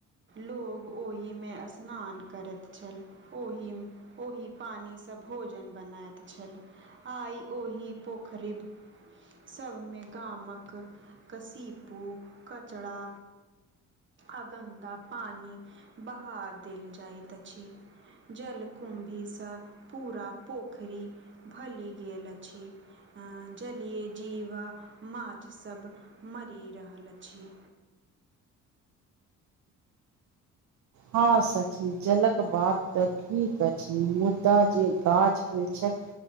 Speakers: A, on the right (about 40°); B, on the right (about 65°).
A: लोग ओहीमें स्नान करैत छल, ओहीम ओही पानी से भोजन बनाइत छल। आइ ओही पोखरिब सभमें गामक कसीपू कचड़ा आगंदा पानी बहा देल जाइत अछी। जलकुम्भी सऽ पूरा पोखरी भलि गेल अछी। अँ जलिय जीवा, माछ सभ मरी रहल अछी।
B: हँ सखी जलक बात तऽ ठीक अछी मुद्दा जे गाछ वृक्षक